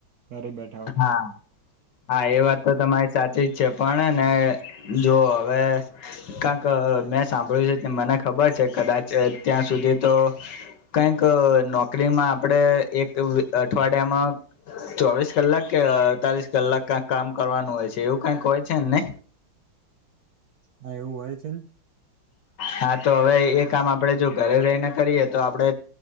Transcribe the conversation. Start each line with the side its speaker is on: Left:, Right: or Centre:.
Right: ઘરે બેઠ
Left: હા હા એ વાત તો તમારી સાચી જ છે પણ ને જો હવે કંક મેં સાંભળ્યું છે મને ખબર છે કદાચ ત્યાં સુધી તો કઈક નોકરીમાં આપડે એક અઠવાડિયામાં ચોવીસ કલાક કે અડતાલીસ કલાક કક કામ કરવાનું હોય છે એવું કઈક હોય છે ને નને
Right: હા એવું હોય છે ને
Left: હા તો હવે એ કામ આપડે જો ઘરે રહીને કરીએ તો આપડે